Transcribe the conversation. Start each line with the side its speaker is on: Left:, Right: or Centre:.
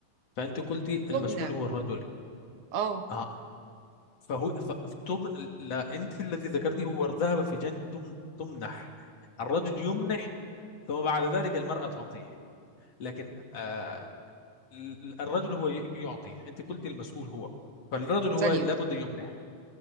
Left: فأنت قلتي المسؤول
Right: تبنى
Left: هو الرجل
Right: اه
Left: آه فهو فتب... لا أنت الذي ذكرتي هو ذهب في جانب تم... تمنح الرجل يمنح ثم بعد ذلك المرأة تعطيه لكن آه ال- الرجل هو ي- يعطي أنت قلتي المسؤول هو فالرجل هو
Right: ثانيه
Left: لابد يمنح